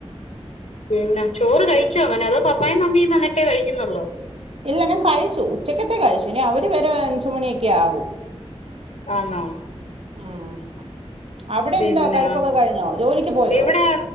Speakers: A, on the left (about 80°); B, on the right (about 65°).
A: പിന്നെ ചോറ് കഴിച്ചോ അങ്ങനെ അതോ പപ്പായും മമ്മിയും വന്നിട്ടേ കഴിക്കുന്നുള്ളോ
B: ഇല്ല ഞാൻ കഴിച്ചു ഉച്ചക്കത്തെ കഴിച്ചു ഇനി അവര് വരെ അഞ്ചുമണിയൊക്കെ ആകും
A: ആന്നോ
B: ഉം അവിടെ
A: പിന്നെ
B: എന്താ കഴിപ്പൊക്കെ കഴിഞ്ഞോ ജോലിക്ക് പോയോ
A: ഇവിടെ